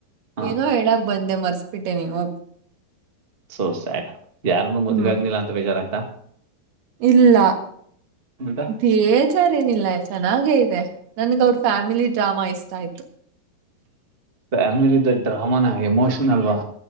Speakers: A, on the right; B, on the right.
A: ಹಾ
B: ಏನೋ ಹೇಳಕ್ ಬಂದೆ ಮರ್ಸ್ಬಿಟ್ಟೆ ನೀನು.
A: ಸೊ ಸ್ಯಾಡ್ ಯಾರುನು ಮದ್ಗ
B: ಹ್ಮ್
A: ಆಗನಿಲ್ಲ ಅಂತ ಬೇಜಾರಾಯ್ತ.
B: ಇಲ್ಲ
A: ಅಂತ
B: ಬೇಜ್ ಸರಿನಿಲ್ಲ ಚೆನ್ನಾಗೇ ಇದೆ ನನ್ಗ ಅವ್ರ ಫ್ಯಾಮಿಲಿ ಡ್ರಾಮಾ ಇಷ್ಟ ಆಯ್ತು.
A: ಫ್ಯಾಮಿಲಿ ಡ್ರಾಮಾನ ಎಮೋಷನಲ್ವಾ.